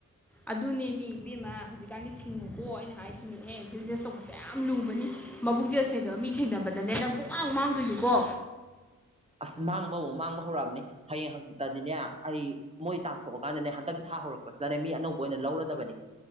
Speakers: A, in the centre; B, on the right (about 20°).
A: ꯑꯗꯨꯅꯦ ꯃꯤ ꯏꯕꯦꯝꯃ ꯍꯧꯖꯤꯛꯀꯥꯟꯗꯤ ꯁꯤꯡꯉꯨꯀꯣ ꯑꯩꯅ ꯍꯥꯏꯁꯤꯅꯤꯍꯦ ꯕꯤꯖꯤꯅꯦꯁ ꯇꯧꯕꯁꯦ ꯌꯥꯝ ꯂꯨꯕꯅꯤ ꯃꯕꯨꯛꯆꯦꯜ ꯁꯦꯡꯗꯕ ꯃꯤ ꯊꯦꯡꯅꯕꯗꯅꯦ ꯅꯪ ꯄꯨꯛꯃꯥꯡ ꯃꯥꯡꯗꯣꯏꯅꯤꯀꯣ
B: <unintelligible> ꯑꯁ ꯃꯥꯡꯕꯑꯣ ꯃꯥꯡꯕ ꯍꯧꯔꯛꯑꯕꯅꯤ ꯍꯌꯦꯡ ꯍꯪꯆꯤꯠꯇꯗꯤꯅꯦ ꯑꯩ ꯃꯣꯏ ꯇꯥꯟꯊꯣꯛ ꯑꯥꯀꯥꯟꯗꯅꯦ ꯍꯟꯗꯛꯀꯤ ꯊꯥ ꯊꯥ ꯍꯧꯔꯛꯄꯁꯤꯗꯅꯦ ꯃꯤ ꯑꯅꯧꯕ ꯑꯣꯏꯅ ꯂꯧꯔꯗꯕꯅꯤ